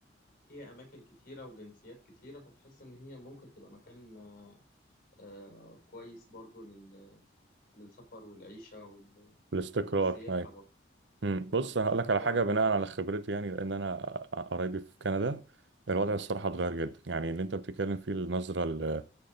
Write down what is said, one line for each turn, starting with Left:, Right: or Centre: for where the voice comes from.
Left: فيها اماكن كتيره وجنسيات كتيره فتحس ان هي ممكن تبقى مكان آه، آه، كويس برضه لل... للسفر والعيشه وال...
Right: الاستقرار
Left: والسياحه
Right: أيوه.
Left: برضه
Right: مم.
Left: وال-
Right: بص
Left: والاستقرار
Right: هقول لك على حاجه
Left: اه
Right: بناء على خبرتي يعني لان انا قرايبي في كندا الوضع الصراحه اتغير جدا يعني اللي انت بتتكلم فيه النظره ال-